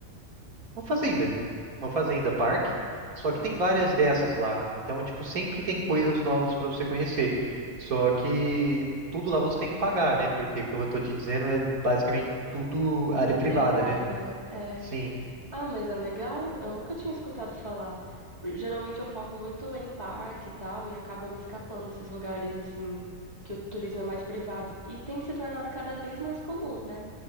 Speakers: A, on the right; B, on the right.
A: uma fazenda, uma fazenda parque, só
B: Sim.
A: que tem várias dessas lá. Então, tipo, sempre tem coisas novas para você conhecer. Só que tudo lá você tem que pagar, né? Porque, como eu tô te dizendo, é basicamente tudo área privada,
B: Privado,
A: né?
B: né? É.
A: Sim,
B: Ah, mas é legal. Eu nunca tinha escutado falar. Geralmente eu foco muito em parque e tal, e acaba me escapando esses lugares assim que o turismo é mais privado. E tem se tornado cada vez mais comum, né?